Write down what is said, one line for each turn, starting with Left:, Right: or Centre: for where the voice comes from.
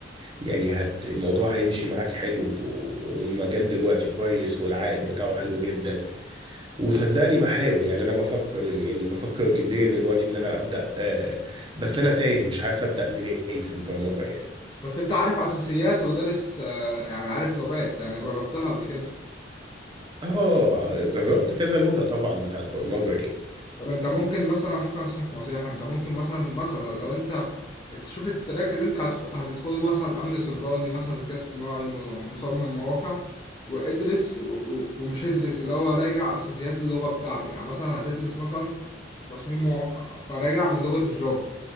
Right: يعني هت الموضوع هيمشي معاك حلو و- والمجال دلوقتي كويس والعائد بتاعه حلو جدا وصدقني بحاول يعني انا بفكر يعني بفكر جديا دلوقتي ان انا ابدأ آه، بس انا تايه مش عارف ابدأ منين في البرمجة يعني
Left: بس أنت عارف أساسيات ودارس آه، يعني عارف لغات يعني جربتها قبل كده
Right: اه جربت كذا لغة طبعا بتاعت برمجة يعني
Left: طب أنت ممكن مثلا ممكن أنصحك نصيحة أنت ممكن مثلا مثلا لو أنت تشوف التراك اللي أنت هتخ- هتدخله مثلا أمن سيبراني مثلا ذكاء اصطناعي م- مصمم مواقع وادرس و- و- ومش ادرس اللي هو راجع أساسيات اللغة بتاعته يعني مثلا هتدرس مثلا تصميم مواقع فراجع من لغة الجافا